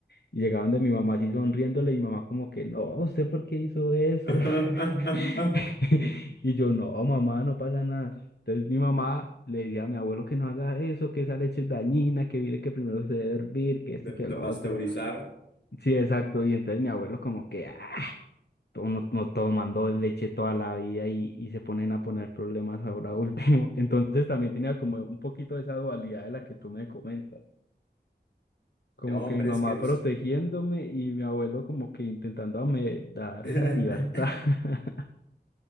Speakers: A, on the left; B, on the left.
A: y llegaban de mi mamá así sonriéndole. Y mi mamá, como que, no, ¿usted por qué hizo eso?
B: <laughs>
A: <laughs> Y yo, no, mamá, no pasa nada. Entonces mi mamá le decía a mi abuelo que no haga eso, que esa leche es dañina, que mire que primero se debe hervir, que este
B: De,
A: y que lo
B: de pasteurizar,
A: otro. Sí, exacto. Y entonces mi abuelo como que, ah, to- no, no tomando leche toda la vida y, y se ponen a poner problemas ahora último. <laughs> Entonces también tenía como un poquito de esa dualidad de la que tú me comentas. Como
B: de hombres
A: que mi mamá
B: que es.
A: protegiéndome y mi abuelo como que intentando me dar
B: <laughs>
A: esa libertad. <laughs>